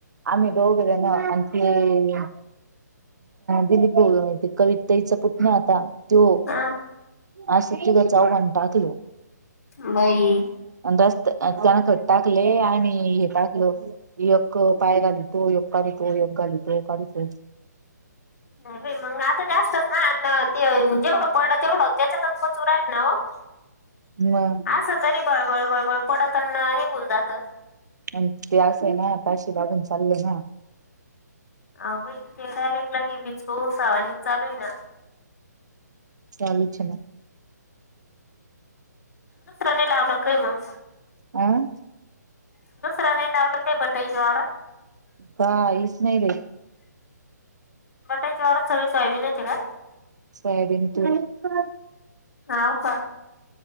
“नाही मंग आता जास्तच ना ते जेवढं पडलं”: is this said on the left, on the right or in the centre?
Left